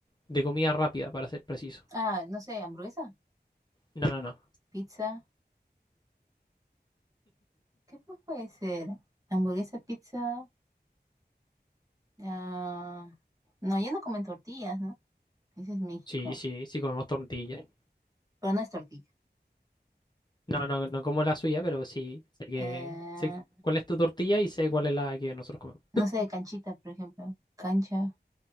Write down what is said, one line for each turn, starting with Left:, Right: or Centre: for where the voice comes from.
Left: de comida rápida, para ser preciso.
Right: Ah, no sé, hamburguesa,
Left: No, no, no.
Right: pizza, ¿qué más puede ser? Hamburguesa, pizza, ah, no, ya no comen tortillas, ¿no? Ese es México,
Left: Sí, sí, sí comemos tortilla.
Right: pero no es tortilla.
Left: No, no, no como la suya, pero sí sé que
Right: Eh,
Left: sé cuál es tu tortilla y sé cuál es la que nosotros comemos.
Right: no sé, canchita, por ejemplo, cancha,